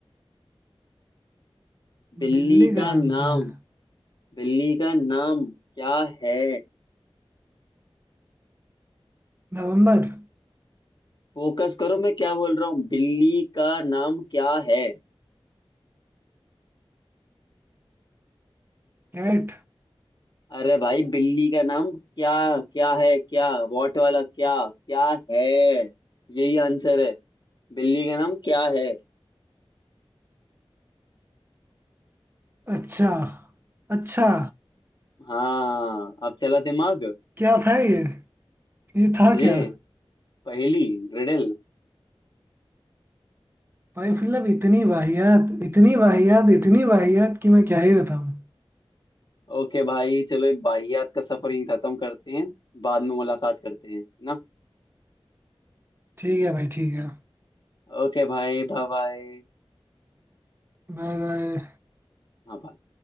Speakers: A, on the left; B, on the right.
A: बिल्ली
B: बिल्ली का
A: का
B: नाम
A: नाम
B: क्या है
A: बिल्ली का नाम क्या है
B: नवंबर
A: फोकस करो मैं क्या बोल रहा हूँ बिल्ली का नाम क्या है
B: कैट
A: अरे भाई बिल्ली का नाम क्या क्या है क्या वॉट वाला क्या क्या है यही आंसर है बिल्ली का नाम क्या है
B: अच्छा अच्छा
A: हाँ अब चला दिमाग
B: क्या था ये ये था
A: जे
B: क्या
A: पहेली रिडल
B: भाई मतलब इतनी वाहियात इतनी वाहियात इतनी वाहियात कि मैं क्या ही बताऊं
A: ओके भाई चलो बाहियात का सफर यहीं खत्म करते हैं बाद में मुलाकात करते हैं ना
B: ठीक है भाई ठीक है
A: ओके भाई बाय बाय
B: Bye bye
A: हाँ bye।